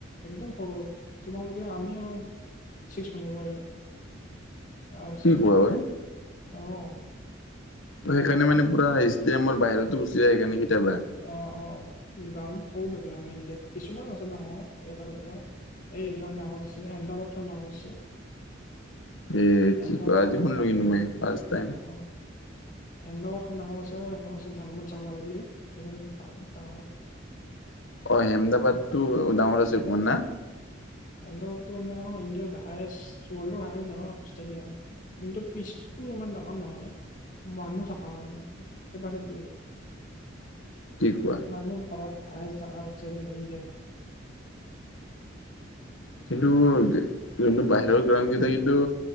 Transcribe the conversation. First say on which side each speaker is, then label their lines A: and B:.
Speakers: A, on the left; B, on the left.
A: একদম সৰু। তোমালোকে আমি অ? চিক্স মাৰব পাৰি নে আৰামচে,
B: কি কোৱা হয়
A: অ'?
B: সেইকাৰণে, মানে পুৰা হিষ্টমাৰ বাহিৰতো গুচি যায়, সেইকাৰণে কেতিয়াবা।
A: অ', অ', গানবোৰ সৰু থাকে। আমাৰ ইণ্ডিয়াত কিছুমান আছে ডাঙৰ, এটা-দুটা। এইখন ডাঙৰ আছে অমেদাবাদ খন ডাঙৰ আছে।
B: এ কি
A: এহমবাদ
B: কোৱা আজি শুনিলো
A: আৰু
B: কিন্তু মই ফাৰ্ষ্ট টাইম
A: আহ আহমেদাবাদখন ডাঙৰ আছে আৰু এখন আছে ধৰমচলা বুলি সেইখন ডাঙৰ।
B: অ', হেমদাবাদ টো ডাঙৰ আছে মোৱা না।
A: অহমবাদটো মানে অ', ইণ্ডিয়া হাইষ্ট ৱৰ্লডৰ হাইষ্ট অ', ষ্টেডিয়াম। কিন্তু পিছতটো ইমান ডাঙৰ নহয়। মানুহ থকা নাই কেপাচিটি। <unintelligible>
B: কি কোৱা কিন্তু, যোনটো বাহিৰৰ গ্ৰাউনকেইটা কিন্তু